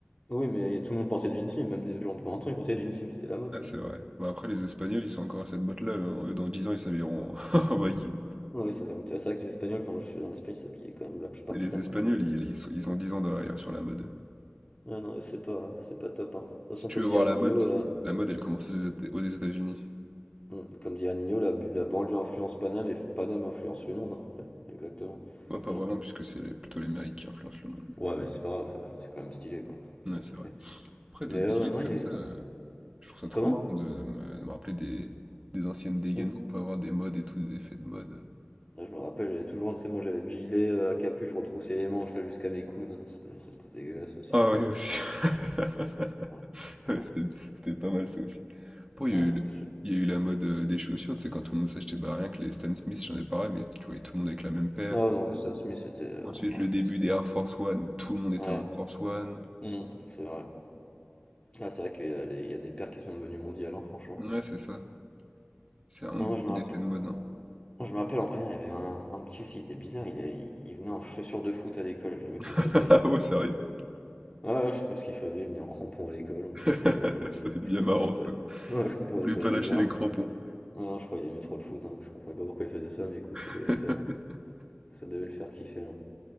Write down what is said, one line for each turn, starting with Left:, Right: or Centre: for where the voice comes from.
Left: Oui, mais tout le monde portait des jeans slim, même des gens de 20 ans, ils portaient des jeans slim, c'était la mode,
Right: Ah,
Left: quoi.
Right: c'est vrai. Bah, après, les Espagnols, ils sont encore à cette botte-là. hein. Eux, dans 10 ans, ils s'habilleront en <laughs> en baggy.
Left: Ouais, ça c'est c'est vrai que les Espagnols, quand je suis en Espagne, ils s'habillaient quand même la plupart
Right: Mais
Left: très
Right: les Espagnols,
Left: mal. hein.
Right: ils, ils sont- ils ont 10 ans derrière sur la mode.
Left: Ouais, non, c'est pas, c'est pas top. hein. De toute
Right: Si
Left: façon,
Right: tu
Left: comme
Right: veux voir
Left: dit Anino,
Right: la mode, faut-
Left: euh,
Right: la mode, elle commence aux Éta- aux États-Unis.
Left: mm, comme dit Anino, la, bu- la banlieue influence Paname et Paname influence le monde. hein. Ouais, exactement.
Right: Ouais, pas
Left: Voilà.
Right: vraiment, puisque c'est les- plutôt les Amériques qui influencent le monde.
Left: Ouais, mais c'est pas grave, euh, c'est quand même stylé, quoi.
Right: Ouais,
Left: T'as compris.
Right: c'est vrai. Après,
Left: Mais
Right: d'autres
Left: euh,
Right: dégaines
Left: ouais, non, il
Right: comme
Left: y a eu-
Right: ça, euh, je trouve ça trop
Left: Comment?
Right: marrant de, de me, de me rappeler des, des anciennes dégaines
Left: Mm.
Right: qu'on peut avoir, des modes et tout, des effets de mode.
Left: Là, je me rappelle, j'avais toujours, tu sais, moi j'avais le gilet euh, à capuche, je retroussais les manches là jusqu'à mes coudes. hein. C'était- Ça, c'était dégueulasse aussi,
Right: Ah
Left: d'ailleurs.
Right: ouais, aussi. <laughs>
Left: Ouais, ouais,
Right: Ouais, c'était c'était pas mal ça aussi. Après, il
Left: ouais,
Right: y a eu,
Left: non,
Right: le-
Left: c'est-
Right: il y a eu la mode euh, des chaussures, tu sais, quand tout le monde s'achetait bah, rien que les Stan Smith, j'en ai parlé, mais tu voyais tout le monde avec la même paire.
Left: Ah ouais, non, mais Stan Smith, c'était. euh,
Right: Ensuite,
Left: ah
Right: le
Left: ouais,
Right: début
Left: c'était-
Right: des Air Force One, tout le monde était
Left: ouais,
Right: en Air Force One.
Left: mm, c'est vrai. Ah, c'est vrai qu'il y a les- il y a des pères qui sont devenus mondiales, hein, franchement.
Right: Ouais, c'est ça. C'est vraiment
Left: Non, moi,
Right: beaucoup
Left: je me rappelle,
Right: d'effets de mode, hein.
Left: moi, je me rappelle en première, il y avait un, un petit aussi, il était bizarre, il, est- il, il venait en chaussures de foot à l'école, j'ai jamais compris
Right: <laughs>
Left: le délire.
Right: Ah ouais,
Left: Ouais,
Right: sérieux?
Left: ouais, ouais, je sais pas ce qu'il faisait, il venait en crampons à l'école,
Right: <laughs>
Left: je comprenais pas le délire.
Right: Ça va être
Left: Je
Right: bien
Left: comprenais
Right: marrant,
Left: pas
Right: ça.
Left: le, <laughs> ouais, je
Right: Vous
Left: comprenais
Right: Voulez
Left: pas
Right: pas
Left: le délire.
Right: lâcher les
Left: mais-
Right: crampons.
Left: Ouais, non, je croyais qu'il aimait trop le foot, hein, je comprenais pas pourquoi il faisait ça, mais écoute,
Right: <laughs>
Left: ça devait le faire. hein. Ça devait le faire kiffer. hein.